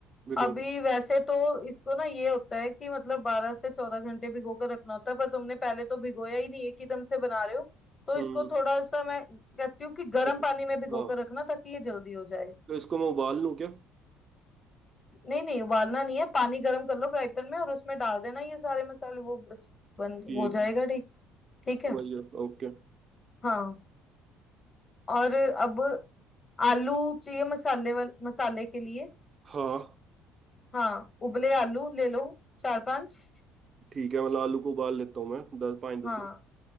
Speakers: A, on the right; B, on the left.
A: भिगो
B: अभी
A: के?
B: वैसे तो इसको ना ये होता है कि मतलब बारह से चौदह घंटे भिगो कर रखना होता है पर तुमने पहले तो भिगोया ही नहीं एक ही दम से बना रहे हो तो
A: हम्म
B: इसको थोड़ा सा मैं कहती हूँ कि गर्म
A: उब-
B: पानी में भिगो
A: हाँ
B: कर रखना ताकि ये जल्दी हो जाए
A: तो इसको मैं उबाल लूँ क्या
B: नहीं नहीं उबालना नहीं है पानी गर्म कर लो फ्राई पैन में और उसमें डाल देना ये सारे मसाले वो बस बन
A: ठीक
B: हो जाएगा
A: है
B: ठीक ठीक
A: समझ
B: है
A: गया ओके
B: हाँ और अब आलू चाहिए मसाले वाल मसाले के लिए
A: हाँ
B: हाँ उबले आलू ले लो चार पांच
A: ठीक है मतलब आलू को उबाल लेता हूँ मैं दस पाँच दस
B: हाँ
A: मिनट